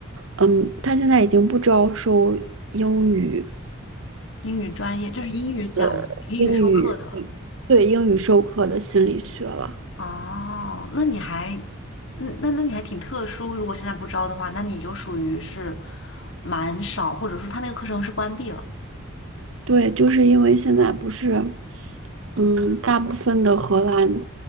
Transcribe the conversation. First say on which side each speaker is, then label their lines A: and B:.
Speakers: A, on the right (about 65°); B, on the left (about 60°).
A: 嗯，他现在已经不招收英语
B: 英语专业就是英语讲英语授课的。
A: 的英语，对英语授课的心理学了。
B: 哦，那你还，嗯那那你还挺特殊。如果现在不招的话，那你就属于是蛮少，或者说他那个课程是关闭了。
A: 对，就是因为现在不是，嗯，大部分的荷兰